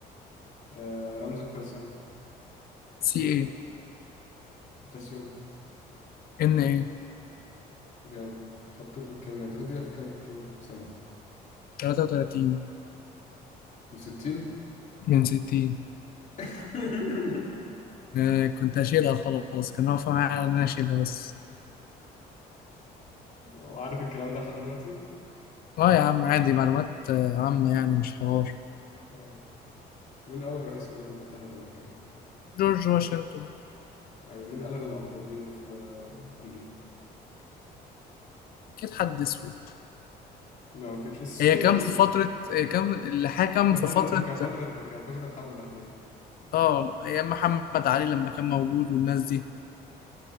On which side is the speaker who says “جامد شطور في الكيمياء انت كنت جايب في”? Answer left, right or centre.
Left